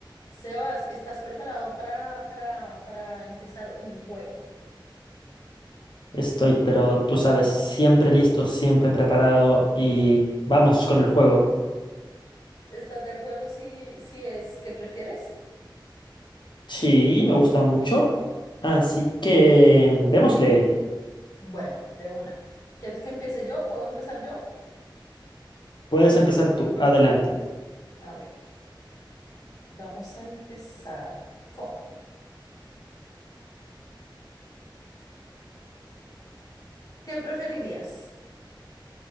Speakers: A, on the left; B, on the left.
A: Sebas, ¿estás preparado para, para, para empezar un juego?
B: Estoy, pero tú sabes, siempre listo, siempre preparado y vamos con el juego.
A: ¿Estás de acuerdo si, si es que prefieres?
B: Sí, me gusta mucho. Así que démosle.
A: Bueno, de una. ¿Quieres que empiece yo? ¿Puedo empezar yo?
B: Puedes empezar tú. Adelante.
A: A ver, vamos a empezar con... ¿Qué preferirías?